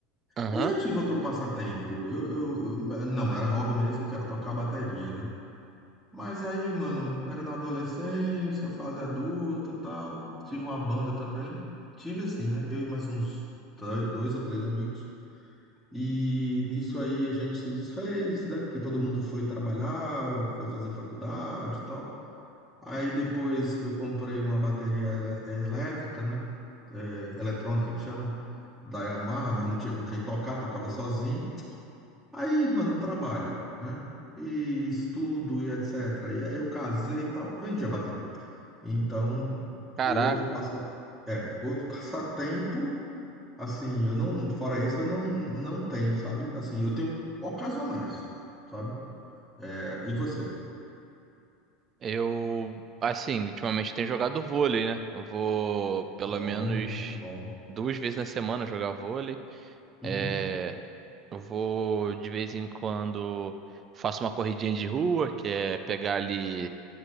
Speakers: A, on the right; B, in the centre.
A: Aham.
B: Eu já tive outro passatempo. Eu, eu- eu- não, não era hobby mesmo, que era tocar bateria, né? Mas aí, mano, era na adolescência, fase adulta, tal. Tive uma banda também. Tive assim, né? Eu e mais uns três- dois ou três amigos. E nisso aí a gente se desfez, né? Porque todo mundo foi trabalhar, foi fazer faculdade e tal. Aí depois eu comprei uma bateria elé- elétrica, né? É, eletrônica que chamam, da Yamaha, mas não tinha com quem tocar, tocava sozinho. Aí, mano, trabalho, né? E estudo e etc. E aí eu casei e tal, vendi a bateria. Então,
A: Caraca.
B: outro passa é, outro <laughs> passatempo, assim, eu não, fora esse eu não não tenho, sabe? Assim, eu tenho ocasionais, sabe? É, e você?
A: Eu, assim, ultimamente tenho jogado vôlei, né? Eu vou pelo
B: Bom,
A: menos
B: muito bom.
A: duas vezes na semana jogar vôlei.
B: Uhum,
A: É, eu vou de vez em quando faço uma corridinha de rua, que é pegar ali.